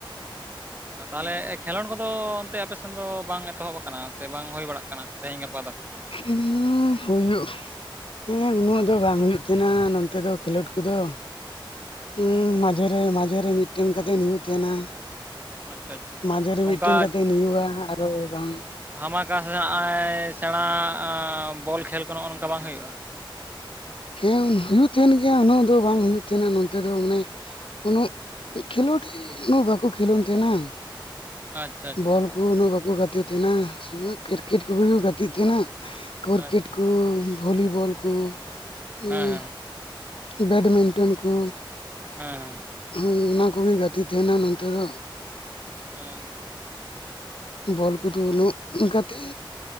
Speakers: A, on the right; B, on the left.
A: ᱚᱱᱠᱟ ᱛᱟᱦᱚᱞᱮ ᱠᱷᱮᱞᱳᱰ ᱠᱚᱫᱚ ᱚᱱᱛᱮ ᱟᱯᱮ ᱥᱮᱱ ᱫᱚ ᱵᱟᱝ ᱮᱛᱚᱦᱚᱵ ᱟᱠᱟᱱᱟ ᱥᱮ ᱵᱟᱝ ᱦᱩᱭ ᱵᱟᱲᱟᱜ ᱠᱟᱱᱟ ᱛᱮᱦᱮᱧ ᱜᱟᱯᱟ ᱫᱚ?
B: <unintelligible> ᱦᱩᱭᱩᱜᱼᱼ ᱦᱮᱸ ᱩᱱᱟᱹᱜ ᱫᱚ ᱵᱟᱝ ᱦᱩᱭᱩᱜ ᱛᱟᱦᱮᱸᱱᱟ, ᱱᱚᱱᱛᱮ ᱫᱚ ᱠᱷᱮᱞᱳᱰ ᱠᱚᱫᱚ᱾ ᱩ ᱢᱟᱡᱷᱮᱨᱮ ᱢᱟᱡᱷᱮᱨᱮ ᱢᱤᱫᱴᱮᱱ ᱠᱟᱛᱮᱜ ᱦᱩᱭᱩᱜ ᱛᱟᱦᱮᱸᱱᱟ᱾
A: ᱟᱪᱪᱷᱟ ᱟᱪᱪᱷᱟ
B: ᱢᱟᱡᱷᱮ ᱨᱮ ᱢᱤᱫᱴᱮᱱ
A: ᱚᱱᱠᱟ
B: ᱠᱟᱛᱮ ᱱᱩᱭᱩᱜᱼᱟ ᱟᱨᱚ ᱵᱟᱝ᱾
A: ᱟᱢᱟ ᱠᱟᱛᱷᱟ ᱫᱚ ᱱᱚᱜᱼᱚᱭ ᱥᱮᱬᱟ ᱵᱚᱞ ᱠᱷᱮᱞ ᱠᱚ ᱱᱚᱜᱼᱚ ᱱᱚᱝᱠᱟ ᱵᱟᱝ ᱦᱩᱭᱩᱜᱼᱟ?
B: ᱦᱮᱸ ᱦᱩᱭᱩᱜ ᱛᱟᱦᱮᱱ ᱜᱮᱭᱟ ᱩᱱᱟᱹᱜ ᱫᱚ ᱵᱟᱝ ᱦᱩᱭᱩᱜ ᱛᱟᱦᱮᱱᱟ ᱱᱚᱱᱛᱮ ᱫᱚ ᱢᱟᱱᱮᱼᱼ ᱩᱱᱟᱹᱜ ᱠᱷᱮᱞᱳᱰᱤᱭᱟᱹ ᱩᱱᱟᱹᱜ ᱵᱟᱠᱚ ᱠᱷᱮᱞᱳᱸᱰ ᱛᱟᱦᱮᱱᱟ,
A: ᱟᱪᱪᱷᱟ ᱟᱪᱪᱷᱟ
B: ᱵᱚᱞᱼᱼ ᱠᱩ ᱩᱱᱟᱹᱜ ᱵᱟᱠᱚ ᱜᱟᱛᱮᱜ ᱛᱟᱦᱮᱱᱟ, ᱥᱩᱫᱩ ᱠᱤᱨᱠᱮᱴ ᱠᱚᱜᱮ ᱠᱚ ᱜᱟᱛᱮᱜ ᱛᱟᱦᱮᱸᱱᱟ᱾ ᱠᱤᱨᱠᱮᱴ
A: ᱟᱪᱪᱷᱟ
B: ᱠᱩ ᱵᱷᱚᱞᱤᱵᱚᱞ ᱠᱩ᱾ ᱦᱳᱭ
A: ᱦᱮᱸ ᱦᱮᱸ
B: ᱵᱮᱰᱢᱤᱱᱴᱚᱱ ᱠᱩ᱾
A: ᱦᱮᱸ ᱦᱮᱸ ᱾
B: ᱦᱳᱭ ᱚᱱᱟ ᱠᱚᱜᱮ ᱜᱟᱛᱮᱜ ᱛᱟᱦᱮᱱᱟ ᱱᱚᱱᱛᱮ ᱫᱚᱼᱼ
A: ᱦᱮᱸ ᱦᱮᱸ
B: ᱵᱚᱞ ᱠᱩᱫᱚ ᱩᱱᱟᱹᱜ ᱜᱟᱛᱮᱜ